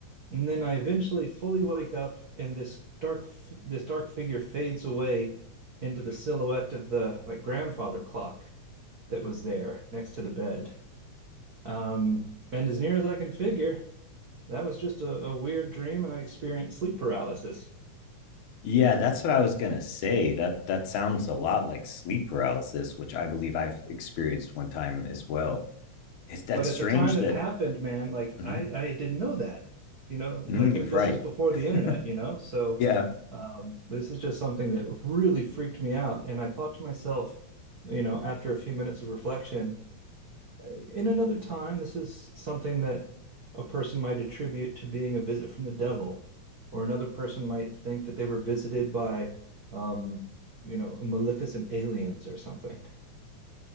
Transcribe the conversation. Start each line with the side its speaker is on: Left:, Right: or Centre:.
Right: And then I eventually fully wake up, and this dark this dark figure fades away into the silhouette of the like grandfather clock that was there next to the bed. Um, and as near as I can figure, that was just a, a weird dream, and I experienced sleep paralysis.
Left: Yeah, that's what I was gonna say. That that sounds a lot like sleep paralysis, which I believe I've experienced one time as well. Is that
Right: But
Left: strange
Right: at the time that
Left: that
Right: happened, man, like
Left: mhm,
Right: I I didn't know that, you know,
Left: mhm,
Right: like that
Left: you're
Right: this
Left: right.
Right: was before
Left: <laughs>
Right: the internet, you know, so.
Left: Yeah,
Right: Um, this is just something that really freaked me out. And I thought to myself, you know, after a few minutes of reflection, in another time, this is something that a person might attribute to being a visit from the devil, or another person might think that they were visited by, um, you know, maleficent aliens or something.